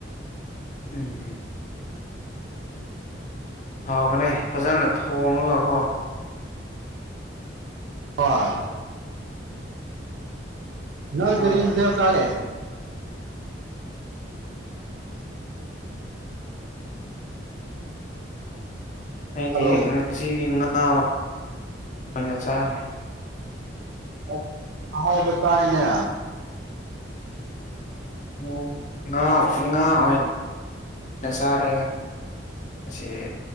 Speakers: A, on the left; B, on the right.
A: ꯎꯝ ꯍꯥꯎꯕꯅꯦ ꯐꯖꯅ ꯊꯣꯡꯉꯒꯀꯣ
B: ꯑꯥ ꯅꯣꯏ
A: ꯆꯥꯔꯗꯤ
B: ꯀꯔꯤ ꯏꯟꯁꯥꯡ ꯆꯥꯒꯦ <unintelligible>
A: ꯑꯩꯗꯤ
B: ꯍꯜꯂꯣ
A: ꯉꯁꯤꯗꯤ ꯉꯥ ꯑꯣꯏꯅ ꯆꯥꯔꯦ
B: ꯑꯣ ꯑꯍꯥꯎꯕ ꯆꯥꯏꯅꯦ
A: ꯎꯝ ꯉꯥ ꯑꯣꯏ ꯉꯥ ꯑꯣꯏꯅ ꯆꯥꯔꯦ ꯉ ꯉꯁꯤꯗꯤ